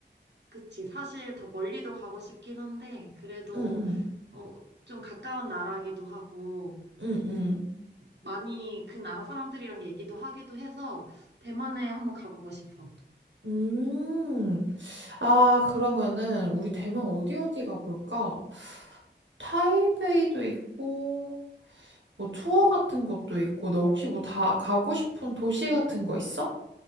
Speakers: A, on the right; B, on the right.
A: 그치. 사실 더 멀리도 가고 싶긴 한데 그래도
B: 응, 응,
A: 어, 좀 가까운 나라기도 하고
B: 응, 응.
A: 많이 그 나라 사람들이랑 얘기도 하기도 해서 대만에 한번 가보고 싶어.
B: 음. 아, 그러면은 우리 대만 어디 어디 가볼까? 타이베이도 있고, 뭐 투어 같은 것도 있고, 너 혹시 뭐 다 가고 싶은 도시 같은 거 있어?